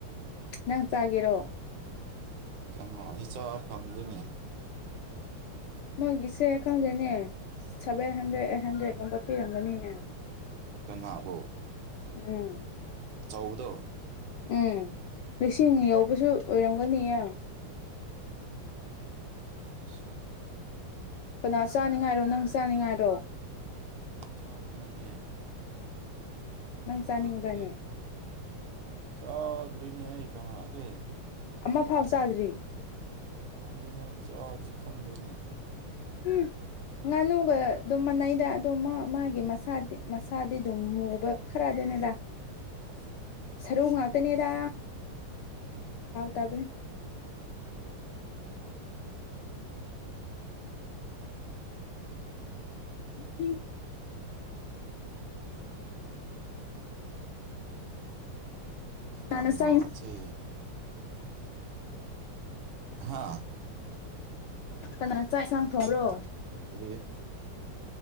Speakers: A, on the left; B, on the right.
A: ꯅꯪ ꯆꯥꯒꯦꯔꯣ
B: ꯀꯩꯅꯣ ꯍ ꯆꯥ ꯐꯪꯗꯅꯤ
A: ꯃꯣꯏꯒꯤ ꯏꯆꯦ ꯑꯦꯀꯥꯎꯟꯗꯅꯦ ꯁꯚꯦꯟ ꯍꯟꯗ꯭ꯔꯦꯗ ꯑꯩꯠ ꯍꯟꯗ꯭ꯔꯦꯠꯀꯨꯝꯕ ꯄꯤꯔꯝꯒꯅꯤꯅꯦ
B: ꯀꯪꯂꯥꯕꯨ
A: ꯎꯝ
B: ꯇꯧꯕꯗꯣ
A: ꯎꯝ ꯂꯤꯁꯤꯡ ꯌꯧꯕꯁꯨ ꯑꯣꯏꯔꯝꯒꯅꯤꯌꯦ
B: <inaudible>
A: ꯀꯅꯥ ꯆꯥꯅꯤꯡꯉꯥꯏꯔꯣ
B: ꯑꯩ
A: ꯅꯪ ꯆꯥꯅꯤꯡꯉꯥꯏꯔꯣ
B: ꯆꯅꯤ ꯑꯅꯤ
A: ꯅꯪ
B: ꯀꯃꯥꯁꯦ
A: ꯆꯥꯅꯤꯡꯕ꯭ꯔꯅꯦ
B: ꯆꯗꯔꯤꯅꯤ ꯑ ꯀꯃꯥꯁꯦ
A: ꯑꯃꯐꯥꯎ ꯆꯥꯗ꯭ꯔꯤ
B: ꯈꯪꯗꯣꯏꯅꯦ ꯑꯩ ꯆꯥꯕꯁꯤ ꯈꯪꯗꯣꯏꯅꯤ
A: ꯎ ꯉꯥꯅꯨꯒ ꯑꯗꯨꯝ ꯃꯥꯟꯅꯩꯗ ꯑꯗꯨꯝ ꯃꯥꯒꯤ ꯃꯁꯥꯗꯤ ꯃꯁꯥꯗꯤ ꯑꯗꯨꯝ ꯃꯨꯕ ꯈꯔꯗꯤꯅꯦꯗꯥ
B: ꯑꯁ
A: ꯁꯔꯨ ꯉꯥꯛꯇꯅꯦꯗ ꯍꯥꯎꯇꯕꯅꯦ ꯎ
B: <inaudible>
A: ꯉꯅꯁꯥꯏꯟꯦ
B: ꯀꯪꯂꯥꯁꯦ ꯍꯥꯥ
A: ꯀꯩꯅꯅ ꯆꯥꯛ ꯌꯦꯟꯁꯥꯡ ꯊꯣꯡꯈꯣ
B: ꯀꯔꯤꯌꯦ